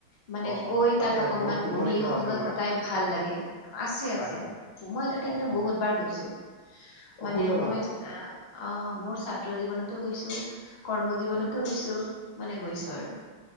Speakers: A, on the left; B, on the left.
A: মানে
B: অ
A: গৈ
B: অ তাতে
A: তাত অকনমান
B: বহুত শিৱলিংগ
A: বহি সময়
B: আছে বোলে
A: কটাই ভাল লাগে, আছে
B: হয়
A: আছে।
B: হয়
A: মই তাতে
B: অ
A: কিন্তু
B: অ
A: বহুত বাৰ গৈছো।
B: অ
A: মানে
B: সূৰ্য পাহাৰত
A: মই আহ মোৰ ছাত্ৰ জীৱনতো কৈছো। কৰ্ম জীৱনতো
B: হয়
A: গৈছো, মানে গৈছো
B: হয়
A: আৰু।